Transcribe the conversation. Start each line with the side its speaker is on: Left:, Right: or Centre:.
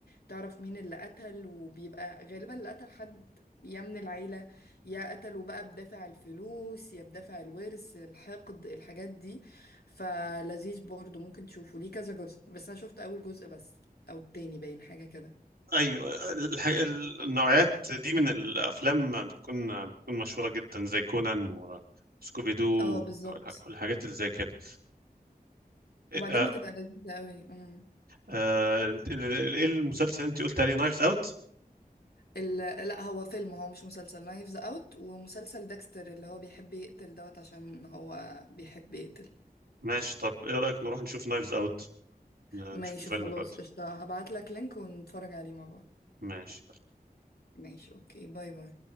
Left: تعرف مين اللي قتل وبيبقى غالبا اللي قتل حد يا من العيلة يا قتلوا بقى بدافع الفلوس يا بدافع الورث الحقد الحاجات دي فلذيذ برضه ممكن تشوفه ليه كذا جزء بس انا شفت اول جزء بس او التاني باين حاجه كده
Right: ايوه آه، الح... النوعيات دي من الافلام بتكون بتكون مشهوره جدا زي كونان وسكوبي دو
Left: اه بالظبط
Right: والح- والحاجات اللي زي كده
Left: وبعدين
Right: آه،
Left: بتبقى لذيذه قوي امم
Right: آه، انت- ايه المسلسل اللي انت قلت عليه نايفز اوت
Left: ال... لا هو فيلم هو مش مسلسل نايفز اوت ومسلسل ديكستر اللي هو بيحب يقتل دوت عشان هو بيحب يقتل
Right: ماشي طب ايه رأيك نروح نشوف نايفز اوت نشوف
Left: ماشي
Right: الفيلم
Left: خلاص
Right: دلوقتي
Left: قشطة هبعت لك لينك ونتفرج عليه مع بعض
Right: ماشي
Left: ماشي اوكي باي باي